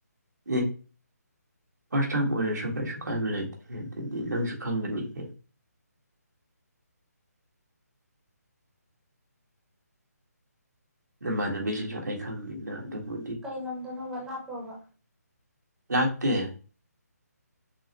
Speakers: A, on the right; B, in the centre.
A: ꯑꯦ ꯐꯥꯔꯁ ꯇꯥꯏꯝ ꯑꯣꯏꯔꯁꯨ ꯀꯩꯁꯨ ꯀꯥꯏꯕ ꯂꯩꯇꯦ ꯑꯗꯨꯗꯤ ꯅꯪꯁꯨ ꯈꯪꯒꯅꯤꯍꯦ ꯅꯃꯥꯟꯅꯕꯤꯁꯤꯁꯨ ꯑꯩ ꯈꯪꯅꯤꯅ ꯑꯗꯨꯕꯨ
B: ꯀꯩ ꯂꯝꯗꯥꯅꯣꯕ ꯂꯥꯞꯄ꯭ꯔꯣꯕ
A: ꯂꯥꯞꯇꯦ